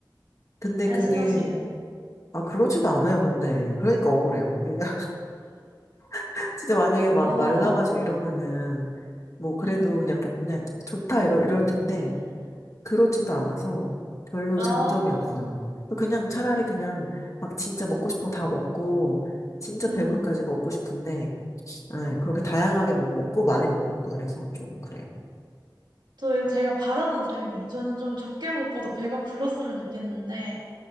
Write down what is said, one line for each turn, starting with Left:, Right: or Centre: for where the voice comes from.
Left: 근데
Right: 날씬하시겠다.
Left: 그게 아 그렇지도 않아요. 근데 그러니까 억울해요. 그러니까 <laughs> 진짜 만약에 막
Right: 아,
Left: 말라가지고 이러면은 뭐 그래도
Right: 네.
Left: 그냥 부- 그냥 좋다 이럴 이럴 텐데. 그렇지도 않아서 별로
Right: 나,
Left: 음. 장점이 없어요. 그냥 차라리 그냥 막 진짜 먹고 싶은 거 다 먹고 진짜
Right: 음.
Left: 배부르까지 먹고 싶은데 네, 그렇게 다양하게 못 먹고 많이 못 먹고 그래서 좀 그래요.
Right: 저, 제가 바라는 삶이에요. 저는 좀 적게 먹고도 배가 불렀으면 좋겠는데,